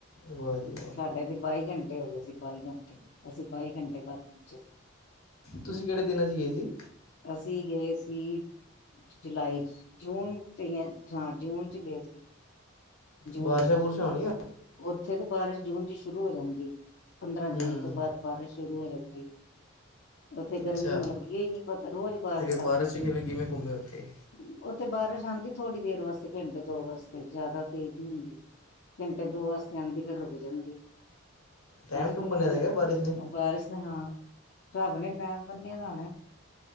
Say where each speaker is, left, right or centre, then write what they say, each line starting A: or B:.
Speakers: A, on the left; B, on the left.
A: ਵਾਹ ਜੀ ਵਾਹ
B: ਸਾਡੇ ਤੇ ਬਾਈ ਘੰਟੇ ਹੋ ਗਏ ਸੀ ਬਾਈ ਘੰਟੇ ਅਸੀਂ ਬਾਈ ਘੰਟੇ ਬਾਦ <unintelligible>
A: ਤੁਸੀਂ ਕਿਹੜੇ ਦਿਨਾਂ 'ਚ ਗਏ ਸੀ
B: ਅਸੀਂ ਗਏ ਸੀ ਜੁਲਾਈ ਚ ਜੂਨ ਤੇ ਹ ਜੂਨ ਚ ਗਏ ਸੀ ਜੂਨ
A: ਬਾਰਿਸ਼ਾਂ
B: ਚ
A: ਬੁਰਸ਼ਾਂ ਆਉਣਣੀਆਂ
B: ਉੱਥੇ ਤੇ ਬਾਰਿਸ਼ ਜੂਨ ਚ ਸ਼ੁਰੂ ਹੋ ਜਾਂਦੀ ਪੰਦਰਾਂ
A: ਹੂੰ
B: ਜੂਨ ਤੋਂ ਬਾਅਦ ਬਾਰਿਸ਼ ਸ਼ੁਰੂ ਹੋ ਜਾਂਦੀ ਉੱਥੇ
A: ਅੱਛਾ
B: ਗਰਮੀ
A: ਅਤੇ
B: ਲੱਗੀ ਹੀ ਨਤਾ ਰੋਜ਼ ਬਾਰਿਸ਼
A: ਫਿਰ
B: ਆਉਂਦੀ ਸੀ
A: 'ਚ ਕਿਵੇਂ ਕਿਵੇਂ ਘੁੰਮੇ ਉੱਥੇ
B: <unintelligible> ਉੱਥੇ ਬਾਰਿਸ਼ ਆਉਂਦੀ ਥੋੜੀ ਦੇਰ ਵਾਸਤੇ ਘੰਟੇ ਦੋ ਵਾਸਤੇ ਜਿਆਦਾ ਤੇਜ਼ ਨਹੀ ਹੁੰਦੀ <inaudible> ਦੋ ਵਾਸਤੇ ਆਉਂਦੀ ਫੇਿਰ ਰੁਕ ਜਾਂਦੀ
A: ਟਾਈਮ
B: ਬਸ
A: ਟੂਮ
B: ਪਤਾ
A: ਬਣਿਆ
B: ਇਨਾ
A: ਹੈਗਾ ਬਾਰਿਸ਼ ਨੇ
B: ਉਹ ਬਾਰਸ਼ ਨੇ ਹਾਂ ਰੱਬ ਨੇ ਟੈਮ ਬਨਿਆ ਦਾ ਨਾ